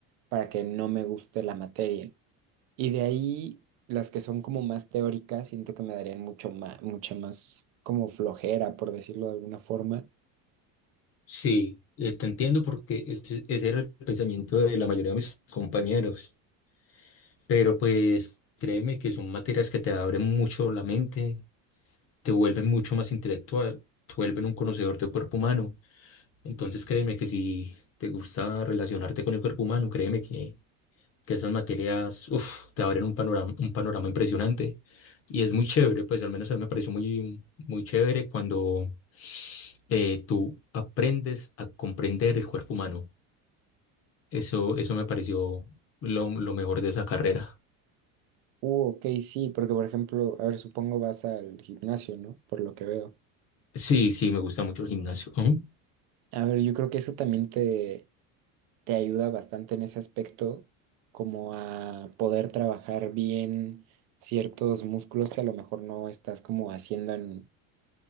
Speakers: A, on the right; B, on the left.
A: para que no me guste la materia. Y de ahí, las que son como más teóricas, siento que me darían mucho más, mucha más como flojera, por decirlo de alguna forma.
B: Sí, eh, te entiendo porque ese, ese era el pensamiento de la mayoría de mis compañeros, pero pues créeme que son materias que te abren mucho la mente, te vuelven mucho más intelectual, te vuelven un conocedor del cuerpo humano. Entonces créeme que si te gusta relacionarte con el cuerpo humano, créeme que que esas materias, uf, te abren un panorama, un panorama impresionante. Y es muy chévere, pues al menos a mí me pareció muy, muy chévere cuando eh, tú aprendes a comprender el cuerpo humano. Eso, eso me pareció lo, lo mejor de esa carrera.
A: Uh, ok, sí, porque por ejemplo, a ver, supongo vas al gimnasio, ¿no? Por lo que veo.
B: Sí, sí, me gusta mucho el gimnasio. Ujú.
A: A ver, yo creo que eso también te, te ayuda bastante en ese aspecto, como a poder trabajar bien ciertos músculos que a lo mejor no estás como haciendo en,